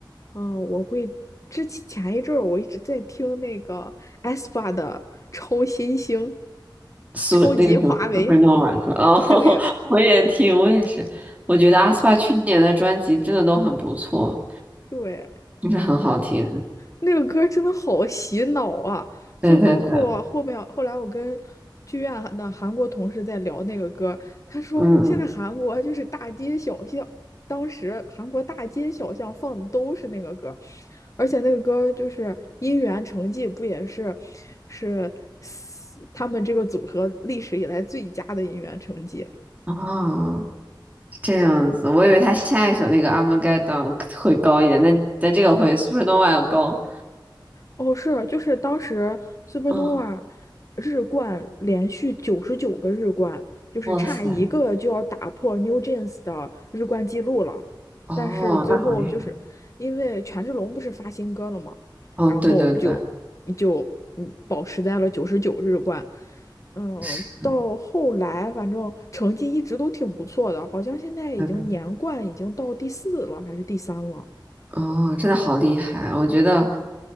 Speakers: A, on the left; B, on the right.
A: 嗯、我会之前前一阵儿我一直在听那个 aespa 的《超新星》，
B: 苏那个什么
A: 超级华为，
B: Supernova 是吧？哦，
A: 对，
B: <laughs> 我也听，我也是。我觉得阿斯帕去年的专辑真的都很不错，
A: <laughs> 那对，
B: 就是很好听。
A: 那个歌真的好洗脑啊！就包括后面后来我跟剧院的韩国同事在聊那个歌，
B: 对对对，
A: 他说现在韩国就是大街小巷，
B: 嗯嗯，
A: 当时韩国大街小巷放的都是那个歌，而且那个歌就是《音源成绩》，不也是是他们这个组合历史以来最佳的音源成绩。
B: 哦，是这样子，我以为他下一首那个《Armageddon》会高一点，但但这个会《Supernova》要高。
A: 哦，是，就是当时 Supernova
B: 嗯，
A: 日冠连续九十九个日冠，就是差一个就要打破
B: 哇塞，
A: New Jeans 的日冠记录了。
B: 哦，
A: 但是最后就是因为权志龙不是发新歌了嘛，
B: 那好厉害。哦，
A: 然后就就嗯保持在了九十九日冠。
B: 对对对，
A: 嗯，
B: 是，
A: 到后来反正成绩一直都挺不错的，好像现在已经年冠已经到第四了还是第三了。
B: 那个。哦，真的好厉害！我觉得